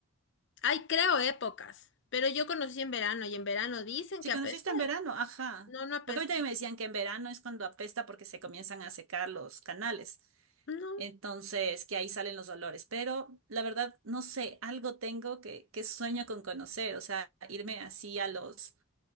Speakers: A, on the left; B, on the right.
A: Ay, creo épocas, pero yo conocí en verano y en verano dicen
B: Si
A: que
B: conociste
A: apesta.
B: en verano, ajá.
A: No, no apesta.
B: Porque a mí también me decían que en verano es cuando apesta porque se comienzan a secar los canales.
A: No.
B: Entonces, que ahí salen los olores. Pero la verdad, no sé, algo tengo que, que sueño con conocer, o sea, irme así a los,